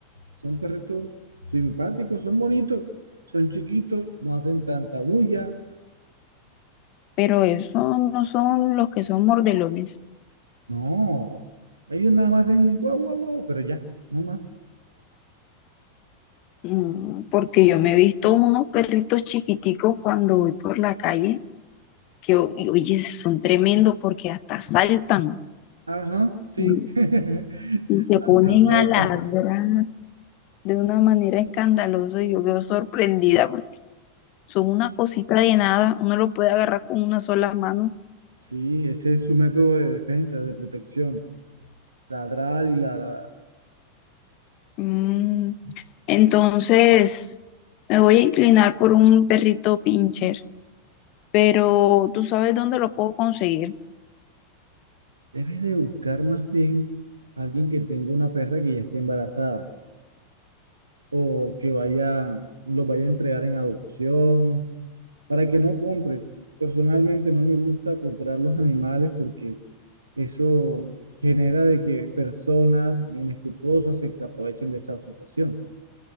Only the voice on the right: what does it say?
son perritos simpáticos, son bonitos, son chiquitos, no hacen tanta bulla.
No, ellos nada más hacen guau, guau, guau, pero ya, no más.
Ajá, sí.
<laughs>
Hasta
saltan.
Sí, ese es su método de defensa, de protección. Ladrar y ladrar.
Debes de buscar más bien a alguien que tenga una perra que ya esté embarazada o que vaya, lo vaya a entregar en adopción para que no compres. Personalmente no me gusta comprar los animales porque eso genera de que personas inescrupulosas se aprovechen de esa situación.